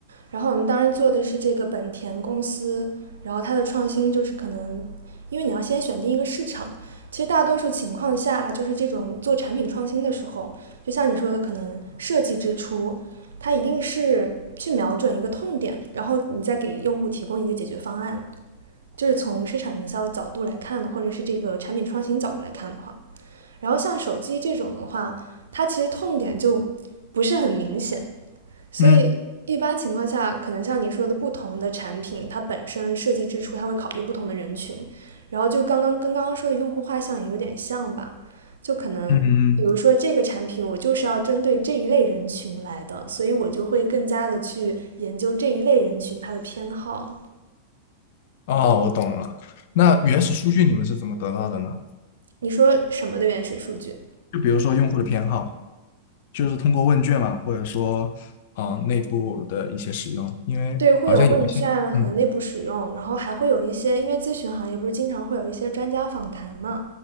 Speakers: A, on the right; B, on the left.
A: 然后我们当时做的是这个本田公司，然后它的创新就是可能，因为你要先选定一个市场。其实大多数情况下，就是这种做产品创新的时候，就像你说的，可能设计之初，它一定是去瞄准一个痛点，然后你再给用户提供一个解决方案。就是从市场营销的角度来看的，或者是这个产品创新角度来看的话，然后像手机这种的话，它其实痛点就不是很明显，所以一般情况下，
B: 嗯
A: 可能像你说的，不同的产品它本身设计之初，它会考虑不同的人群，然后就刚刚跟刚刚说的用户画像也有点像吧，就可能比如说这个产品我就是要针对这一类人群来的，
B: 嗯嗯，
A: 所以我就会更加的去研究这一类人群它的偏好。
B: 哦，我懂了。那原始数据你们是怎么得到的呢？
A: 你说什么的原始数据？
B: 就比如说用户的偏好。就是通过问卷嘛，或者说呃内部的一些使用，因为好像有一些嗯
A: 对，会有问卷和内部使用，然后还会有一些，因为咨询行业不是经常会有一些专家访谈嘛，